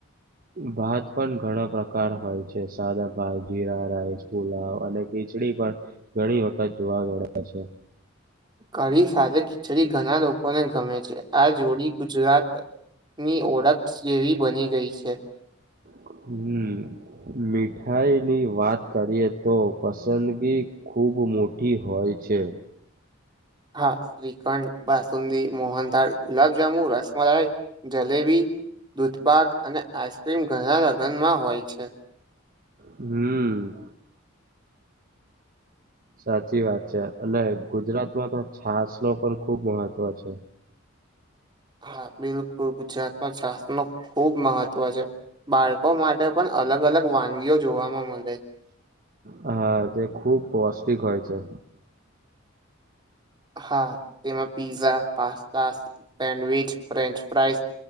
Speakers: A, on the right; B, on the right.
A: ભાત પણ ઘણા પ્રકાર હોય છે સાદા ભાત જીરા રાઈસ ફુલાવ અને ખીચડી પણ ઘણી વખત જોવા મળ્યા છે
B: કઢી સાથે ખીચડી ઘણા લોકોને ગમે છે આ જોડી ગુજરાત ની ઓળખસ જેવી બની ગઈ છે
A: હમ મીઠાઈની વાત કરીએ તો પસંદગી ખૂબ મોટી હોય છે
B: હા શ્રીખંડ બાસુંદી મોહનદથાળ ગુલાબ જામુ રસ મલાઈ જલેબી દૂધપાક અને આઈસ્ક્રીમ ઘણા લગ્નમાં હોય છે
A: હમ સાચી વાત છે અને ગુજરાતમાં તો છાસ નો પણ ખુબ મહત્વ છે
B: હા, બિલકુલ ગુજરાતમાં શાસનો ખુબ મહત્ત્વ છે. બાળકો માટે પણ અલગ-અલગ વાનગીઓ જોવાવામાં મલે
A: હા, જે ખુબ પૌષ્ટિક હોય છે.
B: હા, તેમાં pizza, pasta, sandwich, French fries